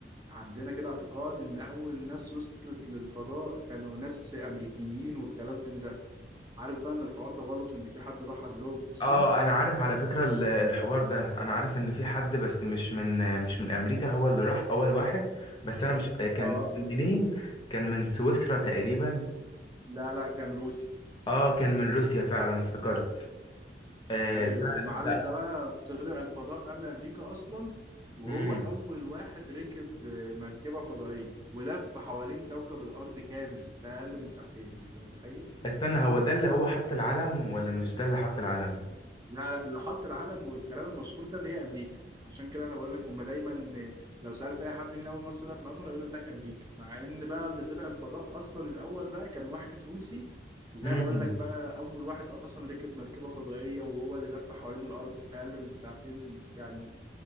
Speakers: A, on the right (about 20°); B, on the left (about 25°).
A: عندنا كده اعتقاد ان اول ناس وصلت للفضاء كانوا ناس امريكيين والكلام من ده عارف بقى ان الحوار ده غلط وان في حد راح قبلهم اصلا
B: اه انا عارف على فكرة ال- الحوار ده انا عارف ان في حد بس مش من مش من امريكا هو اللي راح اول واحد بس انا مش كان
A: اه
B: منين كان من سويسرا تقريبا
A: لا لا كان روسي
B: اه كان من روسيا فعلا افتكرت آه
A: ايوه
B: ده
A: المعلم
B: ده
A: ده بقى طلع الفضاء قبل امريكا اصلا وهو
B: مم.
A: اول واحد ركب آه، مركبه فضائيه ولف حوالين كوكب الارض كامل في اقل من ساعتين انت متخيل
B: استنى هو ده اللي هو حط العلم ولا مش ده اللي حط العلم
A: لا لا اللي حط العلم والكلام المشهور ده اللي هي امريكا عشان كده انا بقول لك هم دايما آه، لو سالت اي حد مين اول ناس طلعت القمر يقول لك امريكا مع ان بقى اللي طلع الفضاء اصلا الاول بقى كان واحد روسي وزي
B: مم.
A: ما بقول لك بقى اول واحد اصلا ركب مركبه فضائيه وهو اللي لف حوالين الارض في اقل من ساعتين يعني